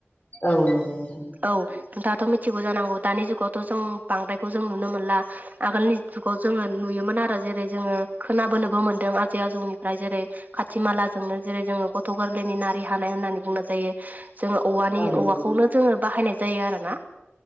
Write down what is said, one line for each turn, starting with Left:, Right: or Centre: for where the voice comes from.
Left: औ नंगौ नंगौ
Right: औ नोंथाङाथ' मिथिगौ जानांगौ दानि जुगावथ' जों बांद्रायखौ जों नुनो मोनला आगोलनि जुगाव जोङो नुयोमोन आरो जेरै जोङो खोनाबोनोबो मोनदों आजै आजौनिफ्राय जेरै खाथि मालाजोंनो जेरै जोङो गथ' गोरलैनि नारि हानाय होननानै बुंनाय जायो जोङो औवानि
Left: औ
Right: औवाखौनो
Left: नंगौ
Right: जोङो बाहायनाय जायो आरोना